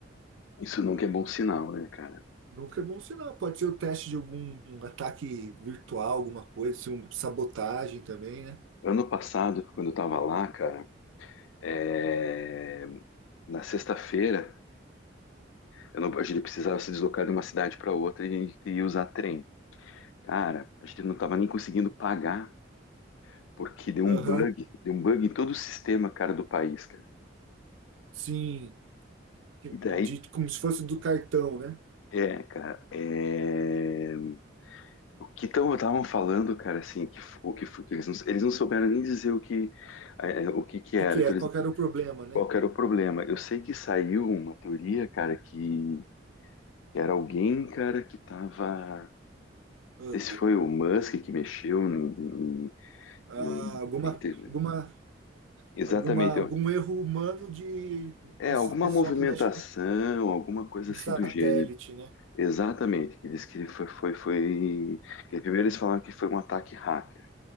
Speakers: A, on the left; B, on the right.
A: isso nunca é bom sinal, né, cara?
B: Nunca é bom sinal. Pode ser o teste de algum ataque virtual, alguma coisa, se um sabotagem também, né?
A: Ano passado, quando eu tava lá, cara, é, na sexta-feira, eu não- a gente precisava se deslocar de uma cidade para outra e, e usar trem. Cara, a gente não tava nem conseguindo pagar, porque deu
B: Aham,
A: um bug, deu um bug em todo o sistema, cara, do país, cara.
B: sim. Que-
A: E daí,
B: De, como se fosse do cartão, né? O
A: é, cara, é... o que estavam falando, cara, assim, que, f- o que, f- que eles, não, eles não souberam nem dizer o que, é, é, o que que era,
B: que que
A: então
B: é?
A: eles,
B: Qual que era o problema, né?
A: qual que era o problema. Eu sei que saiu uma teoria, cara, que, que era alguém, cara, que tava, não
B: Ah,
A: sei se foi o Musk que mexeu em, em-
B: ah,
A: em-
B: alguma,
A: em- ter-
B: alguma,
A: exatamente,
B: alguma, algum erro humano de, desse
A: É, alguma
B: pessoal
A: movimentação,
B: que mexe
A: alguma coisa
B: em
A: assim
B: satélite,
A: do gênero.
B: né?
A: Exatamente, que diz que foi, foi, foi. que Primeiro eles falaram que foi um ataque hacker.